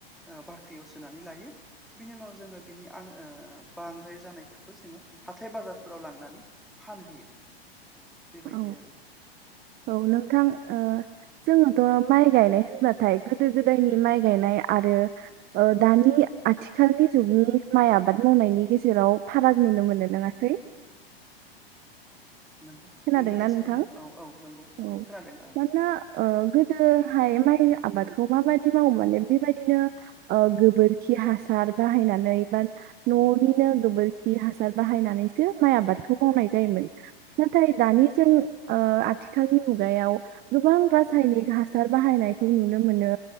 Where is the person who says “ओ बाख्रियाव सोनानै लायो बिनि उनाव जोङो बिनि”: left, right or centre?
Centre